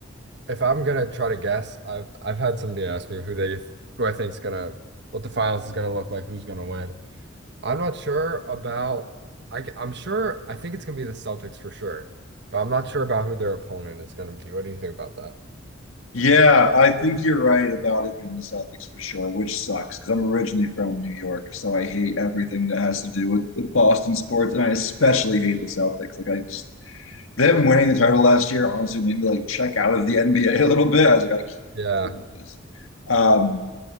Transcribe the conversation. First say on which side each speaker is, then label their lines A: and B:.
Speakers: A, on the right; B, on the left.
A: if I'm gonna try to guess, I've I've had somebody ask me who they who I think's gonna what the finals is gonna look like, who's gonna win. I'm not sure about I i am sure I think it's gonna be the Celtics for sure, but I'm not sure about who their opponent is gonna be. What do you think about that?
B: Yeah, I think you're right about it being the Celtics for sure, which sucks because I'm originally from New York, so I hate everything that has to do with, with Boston sports, and I especially hate the Celtics. Like I just them winning the title last year honestly made me like check out of the NBA a a little bit. I was like, I can't
A: Yeah,
B: deal with this. Um,